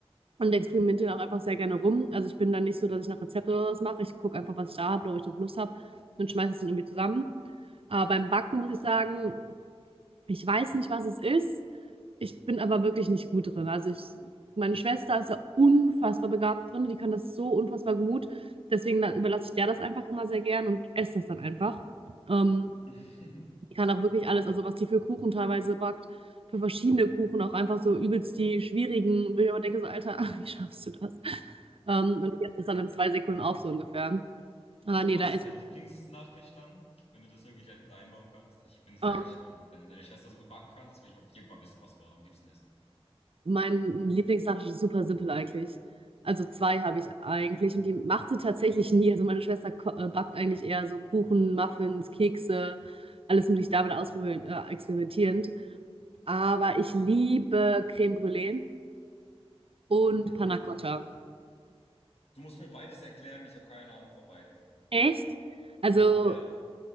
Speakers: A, on the right; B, on the left.
A: und experimentiere auch einfach sehr gerne rum. Also ich bin dann nicht so, dass ich nach Rezept oder was mache. Ich gucke einfach, was ich da habe oder ob ich drauf Lust habe und schmeiße es dann irgendwie zusammen. Aber beim Backen muss ich sagen, ich weiß nicht, was es ist. Ich bin aber wirklich nicht gut drin. Also ich, meine Schwester ist ja unfassbar begabt drin. Die kann das so unfassbar gut. Deswegen la- überlasse ich der das einfach immer sehr gern und esse das dann einfach. Ähm,
B: <laughs>
A: die kann auch wirklich alles, also was die für Kuchen teilweise backt, für verschiedene Kuchen, auch einfach so übelst die schwierigen, wo ich immer denke, so, Alter, <laughs> wie schaffst du das? Ähm, und ich esse das dann in zwei Sekunden auf, so ungefähr. Aber
B: Und
A: nee,
B: was
A: da ist
B: ist dein Lieblingsnachtisch dann, wenn du das irgendwie gleich mit einbauen kannst? Ich bin sehr
A: ähm,
B: gespannt. Wenn deine Schwester so gut backen kann, das will ich auf jeden Fall wissen, was du am liebsten isst.
A: mein Lieblingssache ist super simpel eigentlich. Also zwei habe ich eigentlich und die macht sie tatsächlich nie. Also meine Schwester ko- äh, backt eigentlich eher so Kuchen, Muffins, Kekse, alles mögliche damit ausprobieren, äh, experimentierend. Aber ich liebe Creme Brûlée und
B: Mhm.
A: Panna Cotta.
B: Du musst mir beides erklären, ich habe keine Ahnung von beidem.
A: Echt? Also,
B: Ja.